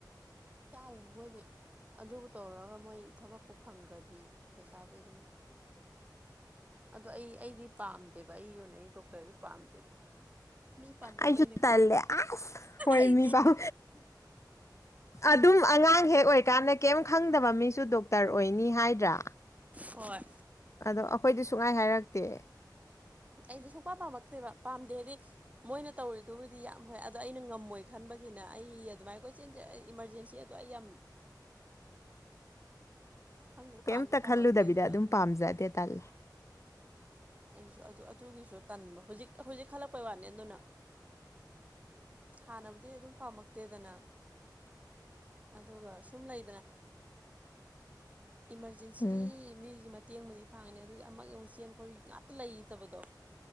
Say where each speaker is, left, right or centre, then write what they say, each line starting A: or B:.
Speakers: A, on the right (about 20°); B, on the left (about 40°).
A: ꯆꯂ ꯃꯒꯦ ꯑꯗꯨꯕꯨ ꯇꯧꯔꯒ ꯃꯣꯏ ꯊꯕꯛꯄꯨ ꯐꯪꯈ꯭ꯔꯗꯤ ꯄꯩꯁꯥꯗꯤ ꯑꯗꯨꯝ ꯑꯗꯣ ꯑꯩ ꯑꯩꯗꯤ ꯄꯥꯝꯗꯦꯕ ꯑꯩ ꯑꯣꯏꯅ ꯑꯩ ꯗꯣꯛꯇꯔꯗꯤ ꯄꯥꯝꯗꯦꯕ ꯃꯤ ꯄꯥꯝꯖꯕꯩꯅꯦꯀꯣ
B: ꯑꯩꯁꯨ ꯇꯥꯏꯂꯦ ꯑꯁ ꯍꯃꯤ
A: ꯑꯩ
B: ꯄꯥꯎ ꯑꯗꯨꯝ ꯑꯉꯥꯡ ꯍꯦꯛ ꯑꯣꯏꯀꯥꯟꯗ ꯀꯩꯝ ꯈꯪꯗꯕ ꯃꯤꯁꯨ ꯗꯣꯛꯇꯔ ꯑꯣꯏꯅꯤ ꯍꯥꯏꯗ꯭ꯔꯥ
A: ꯍꯣꯏ
B: ꯑꯗꯣ ꯑꯩꯈꯣꯏꯗꯤ ꯁꯨꯡꯉꯥꯏ ꯍꯥꯏꯔꯛꯇꯦ
A: ꯑꯩꯗꯤ ꯁꯨꯡꯄꯥ ꯄꯥꯝꯃꯛꯇꯦꯕ ꯄꯥꯝꯗꯦꯗꯤ ꯃꯣꯏꯅ ꯇꯧꯔꯤꯗꯨꯕꯨꯗꯤ ꯌꯥꯝ ꯍꯣꯏ ꯑꯗꯣ ꯑꯩꯅ ꯉꯝꯃꯣꯏ ꯈꯟꯕ ꯑꯃꯒꯤꯅ ꯑꯩ ꯑꯗꯨꯃꯥꯏ ꯀꯣꯏ ꯏꯃꯥꯔꯖꯦꯟꯁꯤ ꯑꯗꯣ ꯑꯩ ꯌꯥꯝ
B: <unintelligible>
A: ꯈꯪꯗꯦ
B: ꯀꯩꯝꯇ
A: ꯄꯥꯝꯁꯨ ꯄꯥꯝꯃꯛꯇꯦ
B: ꯈꯜꯂꯨꯗꯕꯤꯗ
A: ꯑꯗꯨꯒ
B: ꯑꯗꯨꯝ
A: ꯑꯗꯨꯁꯨ
B: ꯄꯥꯝꯖꯗꯦ ꯇꯜꯂꯦ
A: ꯑꯩꯁꯨ ꯑꯗꯨ ꯑꯗꯨꯒꯤꯁꯨ ꯇꯟꯕ ꯍꯧꯖꯤꯛ ꯍꯧꯖꯤꯛ ꯈꯜꯂꯛꯄꯩ ꯋꯥꯅꯤ ꯑꯗꯨꯅ ꯍꯥꯟꯅꯕꯨꯗꯤ ꯑꯗꯨꯝ ꯄꯥꯝꯃꯛꯇꯦꯗꯅ ꯑꯗꯨꯒ ꯁꯨꯝ ꯂꯩꯗꯅ ꯏꯃꯥꯔꯖꯦꯟꯁꯤ
B: ꯎꯝ
A: ꯃꯤꯒꯤ ꯃꯇꯦꯡꯕꯨꯗꯤ ꯐꯥꯡꯉꯅꯤ ꯑꯗꯨꯒꯤ ꯑꯃꯛ ꯌꯦꯡꯉꯨꯛ ꯆꯦꯟ ꯈ ꯉꯥꯛꯇ ꯂꯩꯇꯕꯗꯣ